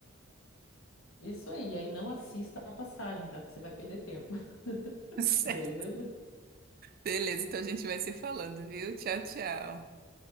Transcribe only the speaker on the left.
isso aí, aí não assista a passagem, tá? Porque você vai perder tempo, <laughs>
beleza?